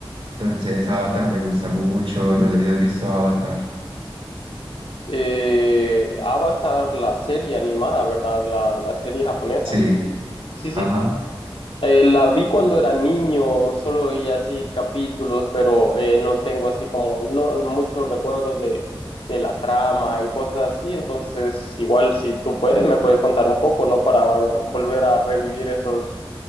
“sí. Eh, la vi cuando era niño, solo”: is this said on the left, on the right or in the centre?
Left